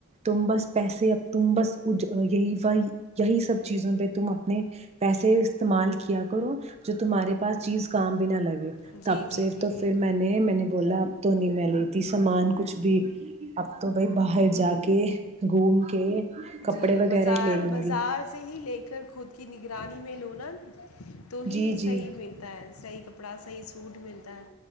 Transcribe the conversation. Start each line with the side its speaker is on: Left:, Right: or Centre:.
Right: تم بس پیسے ا تم بس یہی یہی سب چیزوں پہ تم اپنے پیسے استعمال کیا کرو جو تمہارے پاس چیز کام بھی نہ لگے
Left: جی
Right: تب
Left: جی
Right: سے
Left: جی
Right: تو
Left: جی
Right: پھر میں نے میں نے بولا تو نہیں میں لیتی سامان کچھ بھی اب تو بھائی باہر جا کے گھوم کے کپڑے
Left: جی
Right: وغیرہ
Left: بازار
Right: ہی لے لوں
Left: بازار
Right: گی
Left: سے ہی لے کر خود کی ن گگر رانی میں لوونن تو ہی
Right: جی جی
Left: صحیح منتا ہے صحیح کپڑا صحیح سوڈ ملتا ہے